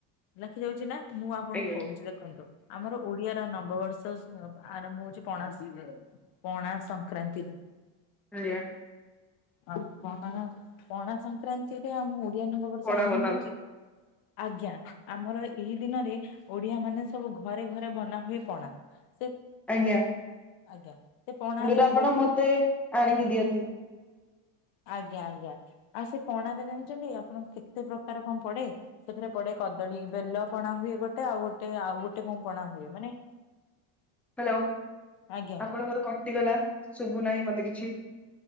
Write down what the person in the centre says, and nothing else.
ଆଜ୍ଞା
ଆଜ୍ଞା।
ପଣା
ବନାନ୍ତୁ
ଆଜ୍ଞା।
ଯୋଉଟା ଆପଣ
ମତେ ଆଣିକି ଦିଅନ୍ତି।
ହାଲୋ
ଆପଣଙ୍କର କଟିଗଲା ଶୁଭୁ ନାହିଁ ମତେ କିଛି।